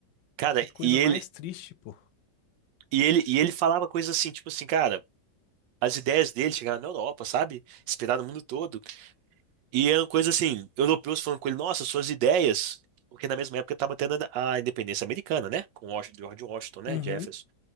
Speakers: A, on the right; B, on the left.
A: Cara,
B: Que coisa
A: e
B: mais
A: ele,
B: triste, pô.
A: e ele, e ele falava coisas assim, tipo assim, cara, as ideias dele chegaram na Europa, sabe? Inspiraram o mundo todo. E eram coisas assim, europeus falando com ele, nossa, suas ideias. Porque na mesma época estava tendo a independência americana, né? Com Wash- George Washington, né?
B: Uhum.
A: Jefferson.